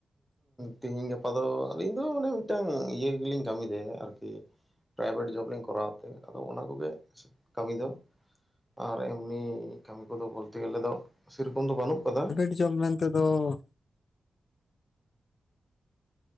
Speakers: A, in the centre; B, on the left.
A: ᱛᱮᱦᱤᱧ ᱜᱟᱯᱟ ᱫᱚ ᱟᱹᱞᱤᱧ ᱫᱚ ᱢᱟᱱᱮ ᱢᱤᱫᱴᱟᱝ ᱤᱭᱟᱹ ᱜᱮᱞᱤᱧ ᱠᱟᱹᱢᱤ ᱟᱹᱨᱠᱤ᱾ ᱯᱨᱟᱭᱵᱷᱮᱴ ᱡᱚᱵ ᱞᱤᱧ ᱠᱚᱨᱟᱣ ᱛᱮ, ᱟᱫᱚ ᱚᱱᱟ ᱠᱚᱜᱮ ᱠᱟᱹᱢᱤ ᱫᱚ ᱟᱨ ᱮᱢᱱᱤ ᱠᱟᱹᱢᱤ ᱠᱚᱫᱚ ᱵᱚᱞᱛᱮ ᱜᱮᱞᱮ ᱫᱚ ᱥᱮᱨᱚᱠᱚᱢ ᱫᱚ ᱵᱟᱹᱱᱩᱜ ᱠᱟᱫᱟ᱾
B: ᱡᱚᱢ ᱢᱮᱱᱛᱮ ᱫᱚ